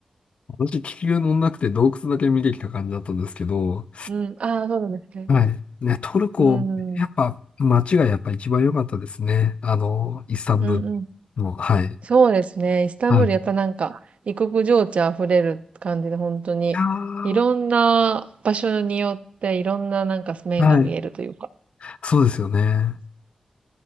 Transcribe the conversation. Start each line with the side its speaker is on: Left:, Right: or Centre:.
Left: 私、気球乗んなくて洞窟だけ見てきた感じだったんですけど、
Right: うん。ああ、そうなんですね。
Left: はい。ね、トルコ、
Right: うん。うん
Left: やっぱ街がやっぱ一番良かったですね。あの、イスタンブールの、
Right: うん。
Left: はい。
Right: そうですね。イスタンブール、
Left: はい。い
Right: やっぱなんか、異国情緒あふれる感じで、本当に、
Left: やー
Right: いろんな場所によって、いろんななんか面が見えるというか。
Left: はい。そうですよね。